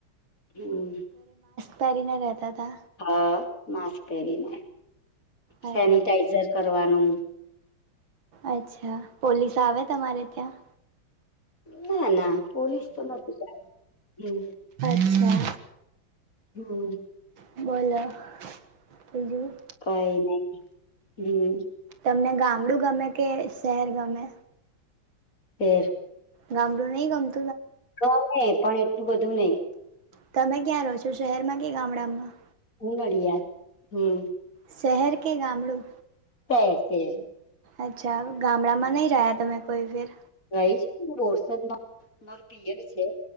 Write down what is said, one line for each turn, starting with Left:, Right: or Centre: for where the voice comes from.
Left: હમ
Right: પરી ના રહેતા ત
Left: હા માસ્ક પહેરીને
Right: અચ્છા
Left: સેનિટાઈઝર કરવાનું
Right: અચ્છા પોલીસ આવે તમારે ત્યાં
Left: ના ના પોલીસ તો નથી.
Right: અચ્છા
Left: હમ.
Right: બોલો. બીજું
Left: કઈ નહી હમ.
Right: તમને ગામડું ગમે કે શહેર ગમે
Left: ફેર <unintelligible>
Right: ગમડું નહી ગમતો
Left: ગમે પણ એટલું બધું નહીિ.
Right: તમે ક્યાં રહો છો શહેરમાં કે ગામડામાં
Left: ઉનડીિયા હમ
Right: શહેર કે ગામડું.
Left: સ સ <unintelligible>
Right: અચ્છા ગામડામાં નં રહ્યા તમે કોઈ ફર
Left: રહી છે બોરસદમાં મારું પિયર છે